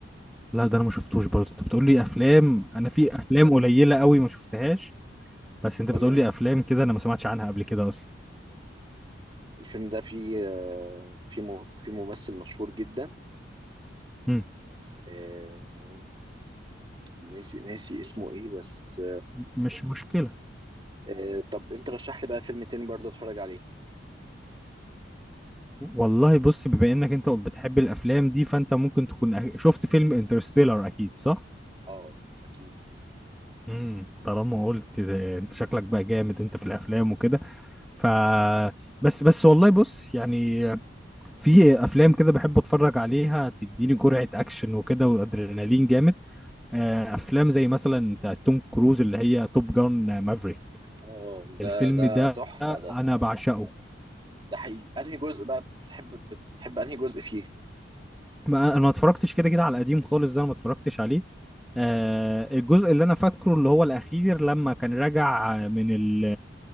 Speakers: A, in the centre; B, on the right.
A: لا ده انا ما شفتوش برضه انت بتقول لي افلام انا في افلام قليلة قوي ما شفتهاش بس انت
B: تمام
A: بتقول لي افلام كده انا ما سمعتش عنها قبل كده اصلا
B: الفيلم ده فيه آه، فيه مه- فيه ممثل مشهور جدا
A: امم
B: آه، ناسي ناسي اسمه ايه بس
A: مش مشكلة
B: آه، طب انت رشح لي بقى فيلم تاني برضه اتفرج عليه
A: والله بص بما انك انت بتحب الافلام دي فانت ممكن تكون أه- شفت فيلم انترستيلر اكيد صح
B: اه اكيد
A: امم طالما قلت ده- انت شكلك بقى جامد انت في الافلام وكده ف بس بس والله بص يعني في افلام كده بحب اتفرج عليها تديني جرعة اكشن وكده وادرينالين جامد آه، افلام زي مثلا بتاع توم كروز اللي هي توب جان مافريك
B: اه ده
A: الفيلم
B: ده
A: ده
B: تحفه ده
A: انا بعشقه
B: ده حقيقي انهي جزء بقى بتحب بتحب انهي جزء فيه
A: ما انا ما اتفرجتش كده كده على القديم خالص ده انا ما اتفرجتش عليه آه الجزء اللي انا فاكره اللي هو الاخير لما كان راجع من ال